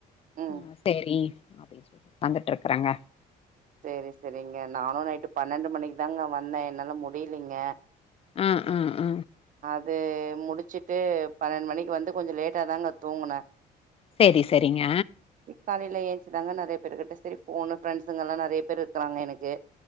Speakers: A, on the right; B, on the left.
A: ம்
B: ஆ சேரி அப்டின்னு சொல்டு வந்துட்டுயிருக்கறங்க
A: செரி செரிங்க நானு நைட்டு பன்னெண்டு மணிக்கு தாங்க வந்தேன் என்னால முடிலீங்க
B: அ அ அ
A: அது முடிச்சிட்டு பன்னெண்டு மணிக்கு வந்து கொஞ்ச லேட்டா தாங்க தூங்குன
B: சேரி சேரிங்க
A: காலையுல ஏஞ்சிதாங்க நறைய பேருகிட்ட சேரி போனு ஃப்ரண்ட்ஸுகல்லா நறைய பேரு இருக்குறாங்க எனக்கு